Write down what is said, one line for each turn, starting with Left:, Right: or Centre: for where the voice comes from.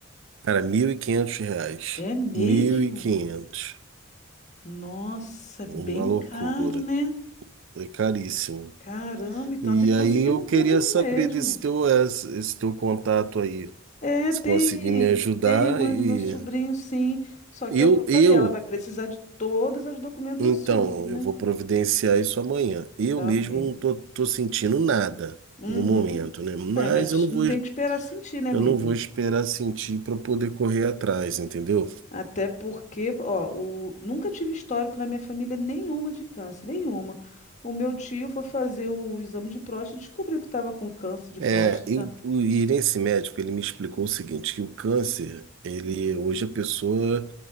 Right: Cara, 1.500 reais.
Left: É mesmo?
Right: mil e quinhentos
Left: Nossa, é bem
Right: Uma loucura,
Left: caro, né?
Right: é caríssimo.
Left: Caramba, então
Right: E
Left: tem que
Right: aí
Left: conseguir
Right: eu
Left: no público
Right: queria saber
Left: mesmo.
Right: desse teu, esse esse teu contato aí,
Left: É,
Right: se
Left: tem,
Right: conseguir me ajudar
Left: tem a mãe
Right: e
Left: do meu sobrinho, sim. Só
Right: eu,
Left: que é o que eu
Right: eu,
Left: falei, ela vai precisar de todas as documentações,
Right: então,
Left: né?
Right: eu vou providenciar isso amanhã. Eu
Left: Tá,
Right: mesmo
Left: ok.
Right: não tô, tô sentindo nada
Left: Uhum.
Right: no momento, né? Mas
Left: É, mas
Right: eu não
Left: não
Right: vou,
Left: tem que esperar sentir, né, amigo?
Right: eu não vou esperar sentir para poder correr atrás, entendeu?
Left: Até porque, ó, o... nunca tive histórico na minha família nenhuma de câncer, nenhuma. O meu tio foi fazer o exame de próstata e descobriu que estava com câncer de
Right: É,
Left: próstata.
Right: eu, o- e nesse médico, ele me explicou o seguinte, que o câncer, ele, hoje a pessoa,